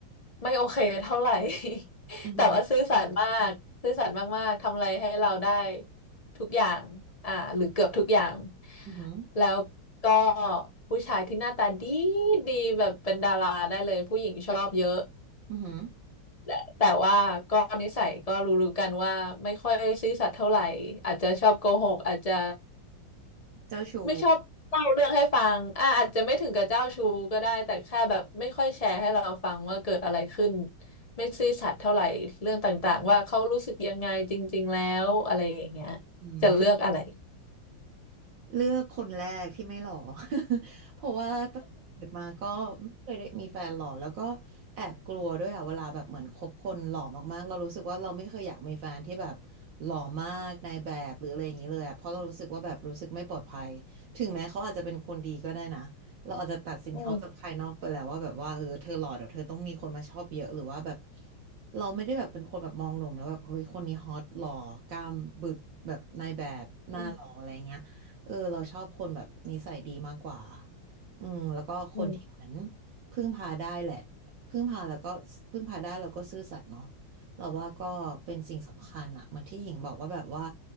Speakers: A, on the left (about 25°); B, on the right (about 65°).
A: ไม่โอเคเท่าไหร่
B: อือหือ
A: <laughs> แต่ว่าซื่อสัตย์มากซื่อสัตย์มากๆทำอะไรให้เราได้ทุกอย่างอ่าหรือเกือบทุกอย่าง
B: อือหือ
A: แล้วก็ผู้ชายที่หน้าตาดีดีแบบเป็นดาราได้เลยผู้หญิงชอบเยอะ
B: อือหือ
A: แต่แต่ว่าก็นิสัยก็รู้ๆกันว่าไม่ค่อยซื่อสัตย์เท่าไหร่อาจจะชอบโกหกอาจจะ
B: เจ้าชู้
A: ไม่ชอบเล่าเรื่องให้ฟังอ่าอาจจะไม่ถึงกับเจ้าชู้ก็ได้ แต่แค่แบบไม่ค่อยแชร์ให้เราฟังว่าเกิดอะไรขึ้น ไม่ซื่อสัตย์เท่าไหร่เรื่องต่างๆว่าเขารู้สึกยังไงจริงๆแล้วอะไรอย่างเงี้ย
B: อืม
A: จะเลือกอะไร
B: เลือกคนแรกที่ไม่หล่อ <laughs> เพราะว่าตั้งแต่เกิดมาก็ไม่เคยได้มีแฟนหล่อแล้วก็แอบกลัวด้วยอ่ะเวลาแบบเหมือนคบคนหล่อมากๆเรารู้สึกว่าเราไม่เคยอยากมีแฟนที่แบบหล่อมากนายแบบหรืออะไรอย่างนี้เลยอะเพราะเรารู้สึกว่าแบบรู้สึกไม่ปลอดภัยถึงแม้เขาอาจจะเป็นคนดีก็ได้นะเราอาจจะตัดสินเขาจากภายนอกไปแล้วว่าแบบว่าเออเธอหล่อเดี๋ยวเธอต้องมีคนมาชอบเยอะหรือว่าแบบ
A: อืม
B: เราไม่ได้แบบเป็นคนแบบมองหนุ่มแล้วแบบเฮ้ยคนนี้ฮอตหล่อกล้ามบึกแบบนายแบบหน้าหล่ออะไรเงี้ย
A: อืม
B: เออเราชอบคนแบบนิสัยดีมากกว่า อืมแล้วก็คนที่เหมือน
A: อืม
B: พึ่งพาได้แหละพึ่งพาแล้วก็พึ่งพาได้แล้วก็ซื่อสัตย์เนาะเราว่าก็เป็นสิ่งสำคัญอะเหมือนที่หญิงบอกว่าแบบว่า